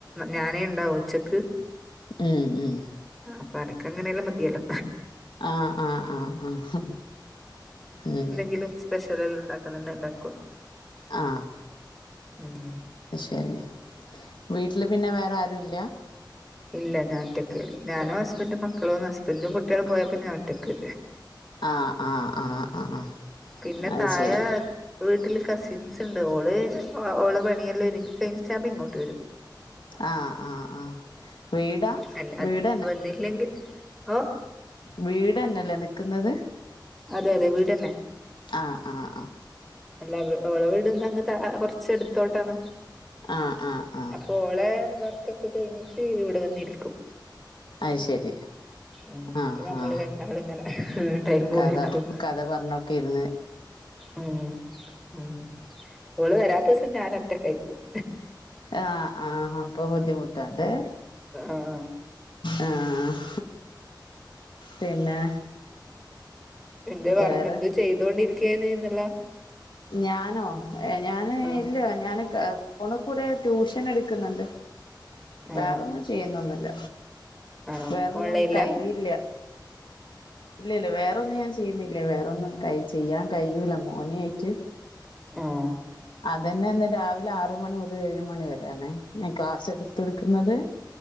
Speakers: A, in the centre; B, on the left.
A: ഞാനേ ഉണ്ടാവു ഉച്ചക്ക്.
B: ഉംഹ് ഉംഹ്.
A: അപ്പൊ അനക്ക് എങ്ങനെയെല്ലാം മതിയല്ലോ.
B: ആഹ് ആഹ് ആഹ് ആഹ് ഏഹ്.
A: ങ്കിലും സ്പെഷൽ. ചെലോല്ണ്ടാക്ക്ണതന്നെ ഉണ്ടാക്കുക.
B: ആഹ്.
A: ഉംഹ്.
B: ശരി, വീട്ടിൽ പിന്നെ വേറെ ആരു ഇല്ല്യ.
A: ഇല്ല ഞാൻ ഒറ്റക്ക് ഞാനും ഹസ്ബൻഡും മക്കളും ഹസ്ബൻഡും കുട്ട്യാളും പോയപ്പം ഞാൻ ഒറ്റക്ക്.
B: ആ് ആഹ്. ആഹ് ആഹ്
A: പിന്നെ
B: അത്
A: താഴെ.
B: ശരി
A: വീട്ടില് കസിൻസ് ഉണ്ട്. ഓള് ഓളെ പണിയെല്ലാം ഒരുങ്ങി- കഴിഞ്ഞിട്ടാവുമ്പം ഇങ്ങോട്ട് വരും.
B: ആഹ് ആഹ് ആഹ് വീടാ
A: അല്ല അ
B: വീട്
A: വന്നില്ലെങ്കിൽ ഓ
B: വീടെന്നല്ലേ നിക്ക്‌ന്നത്
A: അതെ അതെ വീടെന്നെ
B: ആഹ് ആഹ്
A: അല്ലാ വീ ഓളെ വീട്ണ്ടങ് ത കൊർച്ച് ച്ചെടുത്തോട്ടാണ്
B: ആഹ് ആഹ് ആഹ് ആഹ്
A: അപ്പൊ വളെ വർക്കൊക്കെ കഴിഞ്ഞിട്ട് ഇവിടെ വന്നിരിക്കും
B: അത് ശരി
A: ഉം
B: ആഹ്
A: പ്പ നമ്മള്
B: ആഹ്
A: രണ്ടാളുങ്ങനെ ഒരു ടൈം പോലിക്കും
B: കഥ കഥ പർഞ്ഞൊക്കെര്ന്ന്
A: ഉം ഉം ഓള് വെരാത്തുസം ഞാൻ ഒറ്റക്കായി പോവും
B: ആഹ് ആഹ് അപ്പോ ബുദ്ധിമുട്ടാല്ലേ
A: ആഹ്
B: ആ ആ പിന്നെ
A: എന്ത് വറ്
B: വേറെ
A: എന്തോ ചെയ്തോണ്ടിരിക്കുകയന്ന്ല്ലോ
B: ഞാനോ ഏ ഞാന്
A: ആഹ്
B: ഇല്ല ഞാന് ഫോണ് കൂടെ ട്യൂഷന്ട്ക്ക്‌ന്ന്ണ്ട്
A: ആഹ്
B: വേറൊന്നും ചെ ചെയ്യുന്നൊന്നുല്ല
A: ആണോ
B: വേറൊന്നും
A: ഓൺലൈനിലാ
B: കയ്ഞ്ഞില്ല ഇല്ല ല്ല വേറൊന്നും ഞാൻ ചെയ്യ്ന്നില്ല വേറൊന്നും കൈ ചെയ്യാൻ കയ്യ്ന്നില്ല മോനേയിട്ട്
A: ആഹ്
B: അതെന്നെ ന്ന് രാവിലെ ആറ് മണി മുതൽ ഏഴ് മണി വെരേണ് ഞാൻ ക്ലാസ്സെടുത്തൊടുക്കുന്നത്